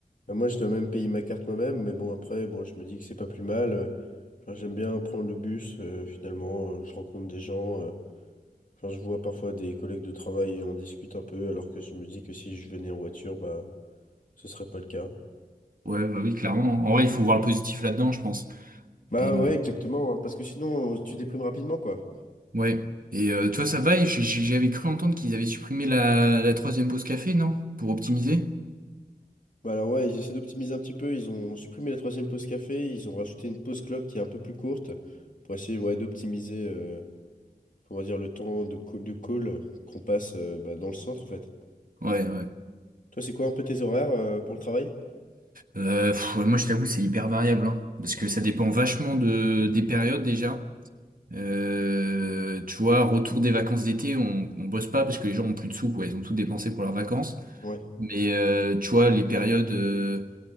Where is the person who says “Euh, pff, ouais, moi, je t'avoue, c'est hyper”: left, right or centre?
Right